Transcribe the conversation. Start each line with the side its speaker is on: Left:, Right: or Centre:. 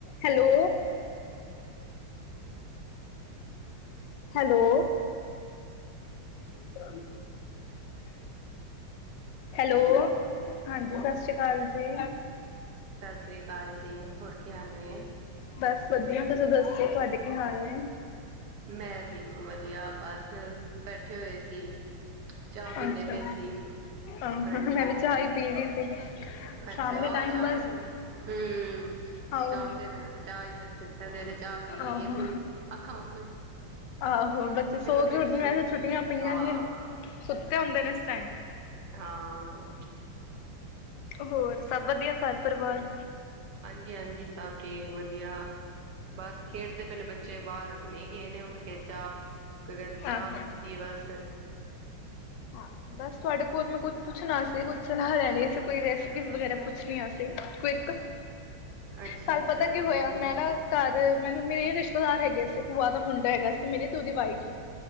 Left: Hello. Hello. ਾਂ। Hello. ਹਾਂਜੀ ਸਤਿ ਸ਼੍ਰੀ ਅਕਾਲ ਜੀ।
Right: ਸਸ਼ ਸ੍ਰੀ ਕਾਲ ਜੀ ਹੋਰ ਕੀ ਹਾਲ ਏ?
Left: ਬਸ ਵਧੀਆ ਤੁਸੀਂ ਦੱਸੋ ਤੁਹਾਡੇ ਕੀ ਹਾਲ ਨੇ?
Right: ਮੈਂ ਠੀਕ ਵਧੀਆ ਬਸ ਬੈਠੇ ਹੋਏ ਸੀ। ਚਾਹ ਪੀਂਦੇ
Left: ਅੱਛਾ
Right: ਪਏ ਸੀ
Left: ਆਹ
Right: ਹਾਂਜੀ
Left: ਮੈਂ ਵੀ ਚਾਹ ਹੀ ਪੀ ਰਹੀ ਸੀ
Right: ਅੱਛਾ,
Left: ਸ਼ਾਮ ਦੇ
Right: ਆਹ
Left: ਟਾਈਮ
Right: ਸ਼ਾਮ
Left: ਬਸ
Right: ਹੂੰ
Left: ਆਹੋ
Right: ਸ਼ਾਮ ਦੇ ਟਾਈਮ ਚਾ ਹੀ ਬਸ ਸਵੇਰੇ ਚਾਹ ਪੀ ਲਈਏ
Left: ਆਹੋ
Right: ਥੜੀ ਅੱਖਾਂੱਖਾਂ
Left: ਆਹੋ, ਬੱਚੇ ਸੋ
Right: ਫਿਰ
Left: ਕੇ ਉੱਠਦੇ, ਛੁੱਟੀਆਂ ਪਈਆਂ
Right: ਹਾਂ
Left: ਹੁੰਦੀਆਂ ਨੇ, ਸੁੱਤੇ ਹੁੰਦੇ ਨੇ ਏਨਾ ਏਸ ਟਾਈਮ
Right: ਹਾਂ।
Left: ਹੋਰ ਸਭ ਵਧ <unintelligible> ਪਰਿਵਾਰ,
Right: ਜੀ ਹਾਂਜੀ। ਸਭ ਠੀਕ ਵਧੀਆ ਬਸ ਖੇਡਦੇ ਪਏ ਨੇ ਬੱਚੇ ਬਾਰ ਹੁਣੇ ਗਏ ਉੱਠ ਕੇ ਚਾਹ ਕ ਚਾਹ
Left: ਆਹੋ
Right: ਪੀਤੀ ਬਸ।
Left: ਹਾਂ ਬਸ ਤੁਹਾਡਾ ਹੋਰ ਮੈਂ ਕੁਛ ਪੁੱਛਣਾ ਸੀ, ਕੁਛ ਚਲਾਹ ਲੈਣੀ ਸੀ, ਕੋਈ ਰੈਸਪੀ ਵਗੈਰਾ ਪੁੱਛਣੀਆ ਸੀ, ਕੋਈ ਇਕ
Right: ਅੱਛਾ-ਅੱਛਾ
Left: ਕੱਲ ਪਤਾ ਕੀ
Right: ਹਾਂਜੀ
Left: ਹੋਇਆ ਮੈਂ ਨਾ ਘਰ ਮੈਨੂੰ ਮੇਰੇ ਰਿਸ਼ਤ ਧਾਰ ਹੈਗੇ ਸ ਭੂਆ ਦਾ ਮੁੰਡਾ ਹੈਗਾ ਸੀ ਮੇਰੀ ਤੇ ਉਦੀ ਵਾਈਫ